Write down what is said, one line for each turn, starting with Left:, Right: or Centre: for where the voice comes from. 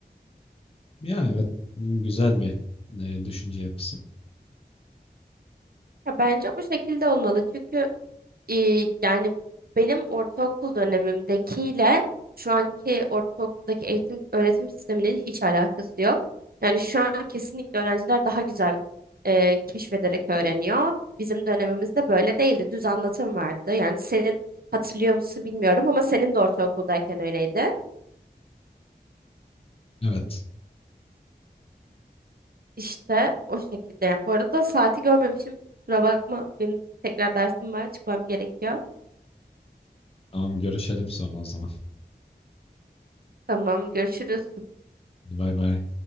Left: Ya evet güzel bir e, düşünce yapısı.
Right: Ya bence bu şekilde olmalı. Çünkü İyi, yani benim ortaokul dönemimdekiyle şu anki ortaokuldaki eğitim öğretim sisteminin hiç alakası yok. Yani şu an kesinlikle öğrenciler daha güzel e, keşfederek öğreniyor. Bizim dönemimizde böyle değildi. Düz anlatım vardı. Yani senin hatırlıyor musun bilmiyorum ama senin de ortaokuldayken öyleydi.
Left: Evet
Right: İşte o şekilde. Bu arada saati görmemişim. Kusura bakma. Benim tekrar dersim var. Çıkmam gerekiyor.
Left: tamam görüşelim sonra o zaman.
Right: Tamam, görüşürüz.
Left: Hadi Bay bay.